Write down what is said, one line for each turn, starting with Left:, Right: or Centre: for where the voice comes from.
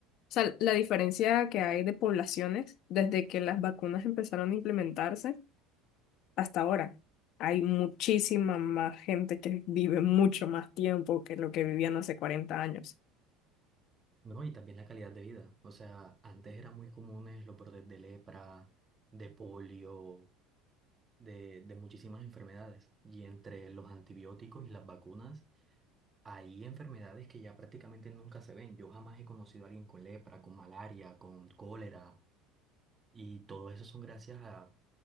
Left: o sea, la diferencia que hay de poblaciones desde que las vacunas empezaron a implementarse. hasta ahora. Hay muchísima más gente que vive mucho más tiempo que lo que vivían hace 40 años.
Right: No, y también la calidad de vida. O sea, antes eran muy comunes los brotes de lepra, de polio, de, de muchísimas enfermedades. Y entre los antibióticos y las vacunas, hay enfermedades que ya prácticamente nunca se ven. Yo jamás he conocido a alguien con lepra, con malaria, con cólera. Y todo eso son gracias a